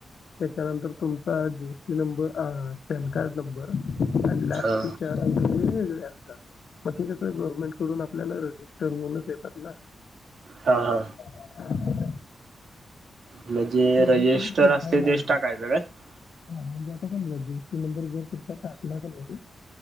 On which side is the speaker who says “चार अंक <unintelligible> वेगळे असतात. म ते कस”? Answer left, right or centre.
Left